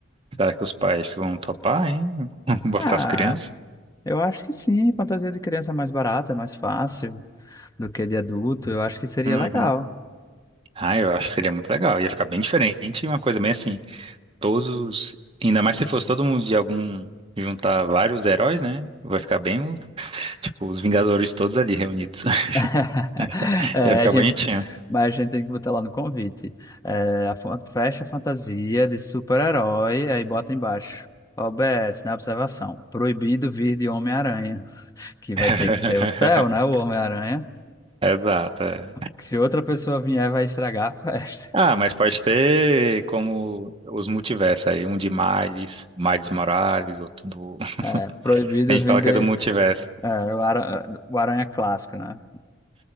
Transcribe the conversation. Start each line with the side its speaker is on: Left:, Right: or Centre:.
Right: Será que os pais vão topar, hein? <laughs> Botar
Left: Ah,
Right: as crianças?
Left: eu acho que sim, fantasia de criança é mais barata, é mais fácil do que de adulto, eu acho que seria
Right: Uhum.
Left: legal.
Right: Ah, eu acho que seria muito legal. Ia ficar bem diferente, uma coisa bem assim. Todos, os- ainda mais se fosse todo mundo de algum, juntar vários heróis, né? Vai ficar bem, tipo, os Vingadores todos ali reunidos. <laughs>
Left: <laughs> É,
Right: Ia ficar
Left: a gente
Right: bonitinho.
Left: Mas a gente tem que botar lá no convite. É, a fan- fecha fantasia de super-herói, aí bota embaixo. OBS, na observação. Proibido vir de Homem-Aranha. Que vai
Right: <laughs>
Left: ter que ser o Theo, né? O Homem-Aranha.
Right: Exato, é.
Left: Que se outra pessoa vier, vai estragar a <laughs> festa.
Right: Ah, mas pode ter como os multiversos aí, um de Miles, Miles Morales, outro do... <laughs>
Left: É, proibido
Right: A gente
Left: vir
Right: fala
Left: de,
Right: que é do multiverso.
Left: é, o, ara- o Aranha clássico, né?